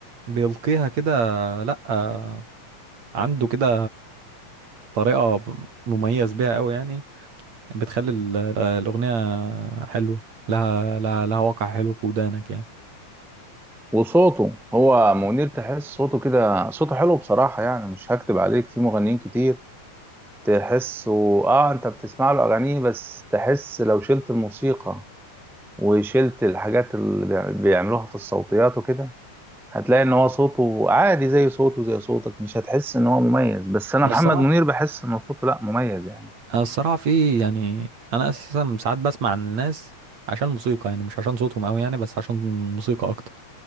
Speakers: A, on the right; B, in the centre.
A: بيلقيها كده لأ آه، عنده كده طريقة مميز بيها أوي يعني بتخلي ال- الأغنية حلوة لها لها لها واقع حلو في ودانك يعني
B: وصوته هو منير تحس صوته كده صوته حلو بصراحة يعني مش هكتب عليك في مغنيين كتير تحسه اه انت بتسمع له اغانيه بس تحس لو شلت الموسيقى وشلت الحاجات اللي بيع- بيعملوها في الصوتيات وكده هتلاقي ان هو صوته عادي زي صوته زي صوتك مش هتحس ان هو مميز بس انا
A: أنا
B: محمد
A: الصراحة
B: منير بحس ان صوته لا مميز يعني
A: أنا الصراحة في يعني أنا أساسا ساعات بسمع عن الناس عشان الموسيقى يعني مش عشان صوتهم أوي يعني بس عشان الموسيقى أكتر